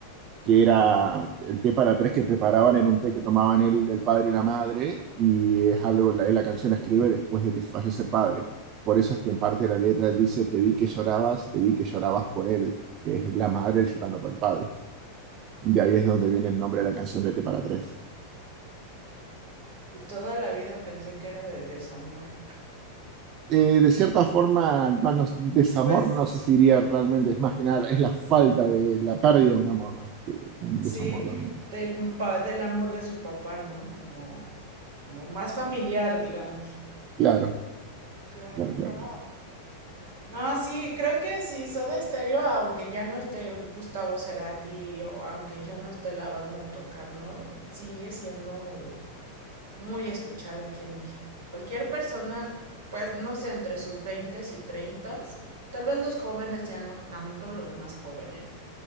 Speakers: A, on the right; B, on the right.
A: que era el té para tres que preparaban, era un té que tomaban él, el padre y la madre, y es algo, la, la canción la escribe después de que fallece el padre. Por eso es que en parte de la letra él dice, te vi que llorabas, te vi que llorabas por él, que es la madre llorando por el padre. De ahí es donde viene el nombre de la canción de T para tres.
B: Y toda la vida pensé que era de desamor.
A: eh, de cierta
B: que-
A: forma, bueno, desamor,
B: Pues
A: no sé si diría realmente, es más que nada, es la falta de la pérdida de un amor más que un
B: sí,
A: desamor realmente.
B: del, pa- del amor de su papá, ¿no? Como, como más familiar, digamos.
A: Claro,
B: Claro,
A: claro, claro,
B: wow.
A: claro.
B: No, sí, creo que sí, Soda Stereo, aunque ya no esté Gustavo Cerati o aunque ya no esté la banda tocando, sigue siendo muy escuchada aquí en México. Cualquier persona, pues no sé, entre sus veintes y treintas tal vez los jóvenes ya no tanto, los más jóvenes,